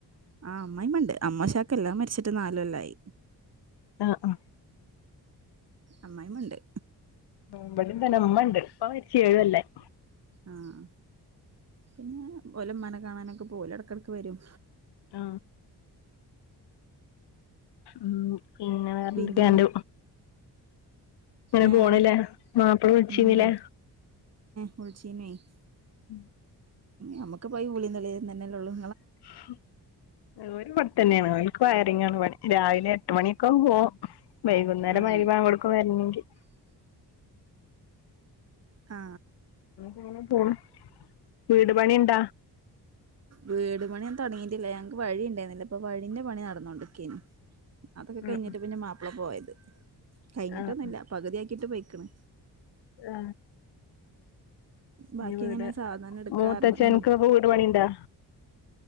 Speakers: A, on the right; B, on the left.
A: ആ അമ്മയമ്മ ഇണ്ട്. അമ്ശാക്ക് എല്ലാം മരിച്ചിട്ട് നാലു കൊല്ലായി.
B: ആ ആ
A: അമ്മയമ്മ ഇണ്ട്.
B: ഇവിടെന്ത ഉമ്മ ഉണ്ട്. ഉപ്പ മരിച്ച് എഴുകൊല്ലായി.
A: ആഹ് പിന്നെ ഓല ഇമ്മാനെ കാണാനൊക്കെ പോവില്ലേ ഇടക്കിടക്ക് വരും.
B: ആ ഉം പിന്നെ വേറെന്തൊക്കെയണ്ട്.
A: പിന്നെ
B: അങ്ങനെ
A: ഏഹ്
B: പോണില്ല മാപ്പള വച്ചീന്നിലെ
A: ഉം <unintelligible>
B: ഉം
A: നമുക്ക് പയി <unintelligible> തന്നെല്ലഉള്ളൂ.
B: <unintelligible> തന്നെയാണ് അവക്ക് വയറിങ്ങ ആണ് പണി. രാവിലെ എട്ടു മണി ഒക്ക പോ വൈകുന്നേരം
A: ആഹ്
B: വരിമ്പ അങ്ങോടൊക്കെ വരണെങ്കിൽ.
A: ആ
B: ഉങ്ങനെ പോണ്. വീട് പണിഉണ്ട?
A: വീട് പണിയൊന്നും തുടങ്ങിയിട്ടില്ല ഞങ്ങക്ക് വഴി ഉണ്ടായിരുന്നില്ല അപ്പൊ വഴിന്റെ പണി നടന്നൊണ്ട് നില്ക്കാണ്. അതൊക്കെ
B: ഉം
A: കഴിഞ്ഞിട്ട്
B: ഉം
A: പിന്നെ മാപ്പള പോയത്. കഴിഞ്ഞിട്ടൊന്നും
B: ആഹ്
A: ഇല്ല പകുതിയാക്കിട്ട് പോയിക്കണ്.
B: ആ
A: ബാക്കി
B: വീട്
A: എങ്ങനെ സാധനം എടുക്കാറന്ന്
B: മൂത്തച്ഛൻക്
A: ഉം
B: വീട് പണി ഇന്ടാ